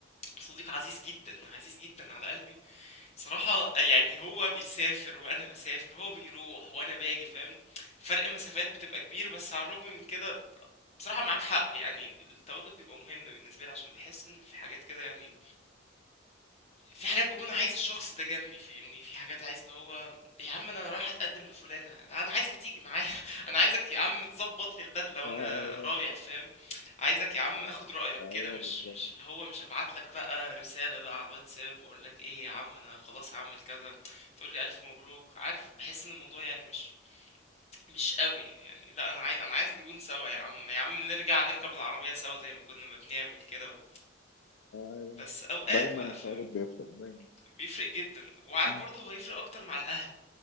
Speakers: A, on the left; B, on the left.
A: صديق عزيز جدا عزيز جدا على قلبي صراحة يعني هو بيسافر وأنا بسافر هو بيروح وأنا باجي فاهم فرق مسافات بتبقى كبير بس على الرغم من كده بصراحة معاك حق يعني التواجد بيبقى مهم بالنسبة لي عشان بحس إن في حاجات كده يعني في حاجات بكون عايز الشخص ده جنبي فاهمني في حاجات عايز اللي هو يا عم انا رايح اتقدم لفلانه انا عايزك تيجي معايا <laughs> انا عايزك يا عم تظبط لي البدله وانا
B: ايوه
A: رايح فاهم عايزك يا عم اخد رايك
B: ايوه
A: كده مش
B: بالظبط
A: مش اللي هو مش هبعت لك بقى رساله بقى على الواتساب واقول لك ايه يا عم انا خلاص هعمل كذا تقول لي الف مبروك عارف بحس ان الموضوع يعني مش مش قوي يعني لا انا عايز انا عايز نكون سوا يا عم يا عم نرجع نركب العربيه سوا زي ما كنا ما بنعمل كده و...
B: ايوه
A: بس اوقات
B: دايما
A: بقى
B: التواجد
A: فاهم
B: بيفرق دايما
A: بيفرق جدا وعارف
B: مم.
A: برضه هو هيفرق اكتر مع الاهل